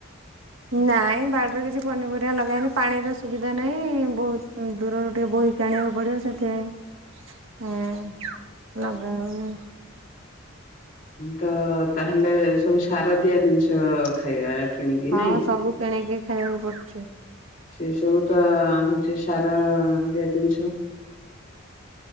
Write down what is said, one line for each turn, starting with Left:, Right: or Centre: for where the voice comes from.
Right: ନାଇଁ ବାଡ଼ରେ କିଛି ପନିପରିବା ଲଗାଏନି ପାଣିର ସୁବିଧା ନାହିଁ ବହୁତ ଦୂରରୁ ଟିକେ ବହିକି ଆଣିବାକୁ ପଡିବ ସେଥିପାଇଁ ହୁଁ ଲଗ ଆଉ
Left: ତ ତାହେଲେ ସବୁ ସାର ଦିଆ ଜିନିଷ ଖାଇବା କିଣିକି
Right: ହଁ
Left: ନାଇଁ
Right: ସବୁ କିଣିକି ଖାଇବାକୁ ପଡ଼ୁଛି।
Left: ସେ ସବୁ ତ ହଉଛି ସାର ଦିଆ ଜିନିଷ।